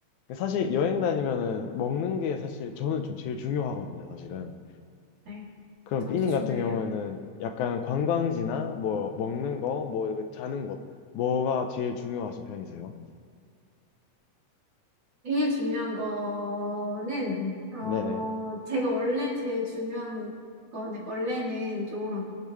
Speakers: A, on the left; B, on the right.
A: 사실 여행 다니면은 먹는 게 사실 저는 좀 제일 중요하거든요, 사실은.
B: 네,
A: 그럼
B: 저도
A: 삐님
B: 중요해요.
A: 같은 경우에는 약간 관광지나 뭐 먹는 거, 뭐 이렇게 자는 곳, 뭐가 제일 중요하신 편이세요?
B: 제일 중요한 거는, 어,
A: 네네,
B: 제가 원래 제일 중요한 거는, 원래는 좀